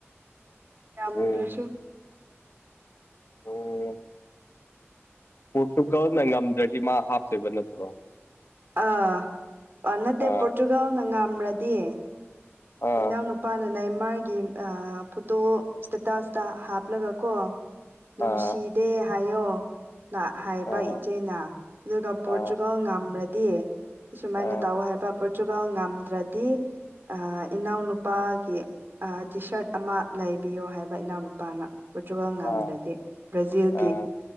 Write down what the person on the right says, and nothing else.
ꯌꯥꯝꯗ꯭ꯔꯁꯨ
ꯑꯥ ꯅꯠꯇꯦ
ꯄꯣꯔꯇꯨꯒꯥꯜꯅ ꯉꯝ꯭ꯔꯗꯤꯌꯦ
ꯏꯎꯅꯄꯥꯅꯅ ꯃꯥꯥꯏꯒꯤ ꯐꯣꯇꯣ ꯏꯁꯇꯥꯁꯇꯥ ꯍꯥꯞꯂꯒ ꯀꯣ ꯅꯨꯡꯁꯤꯗꯦ
ꯍꯥꯏꯌꯣ ꯍꯥꯏꯕ
ꯏꯆꯦꯅ ꯑꯗꯨꯒ ꯄꯣꯔꯇꯨꯒꯜ
ꯉꯝꯃ꯭ꯔꯗꯤ ꯑꯨꯃꯥꯏꯅ
ꯇꯧꯑꯣ ꯍꯥꯏꯕ ꯄꯣꯔꯇꯨꯒꯜ ꯉꯝꯗ꯭ꯔꯗꯤ ꯏꯅꯥꯎꯅꯨꯄꯥꯒꯤ ꯇꯤꯁꯥꯔꯠ ꯑꯃ ꯂꯩꯕꯤꯌꯣ ꯍꯥꯏꯕ ꯏꯅꯥꯎꯅꯨꯄꯥꯅ ꯄꯣꯔꯇꯨꯒꯥꯜ ꯉꯝꯗ꯭ꯔꯗꯤ
ꯕ꯭ꯔꯥꯖꯤꯜꯒꯤ